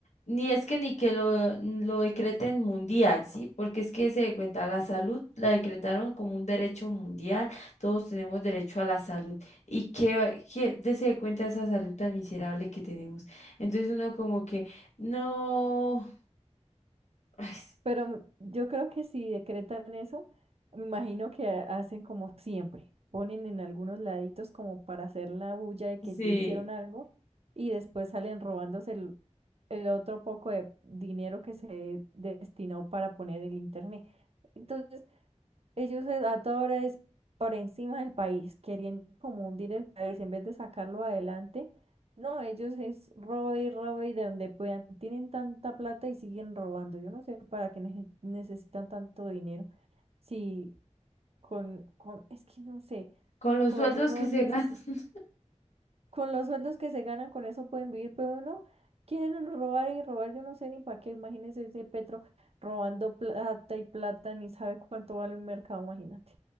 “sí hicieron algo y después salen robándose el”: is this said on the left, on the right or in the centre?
Right